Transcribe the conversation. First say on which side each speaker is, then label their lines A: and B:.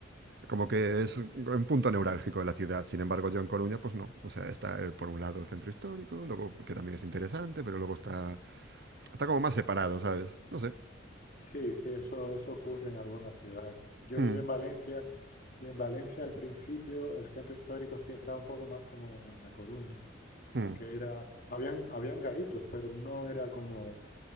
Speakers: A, on the right; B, on the left.
A: como que es un punto neurálgico de la ciudad. Sin embargo, yo en Coruña, pues no. O sea, está eh, por un lado el centro histórico, luego que también es interesante, pero luego está, está como más separado, ¿sabes? No sé.
B: Sí, sí, eso, eso ocurre en algunas ciudades. Yo
A: Mm,
B: viví en Valencia y en Valencia al principio el centro histórico sí estaba un poco más como en A Coruña, como
A: mm.
B: que era, habían, habían garitos, pero no era como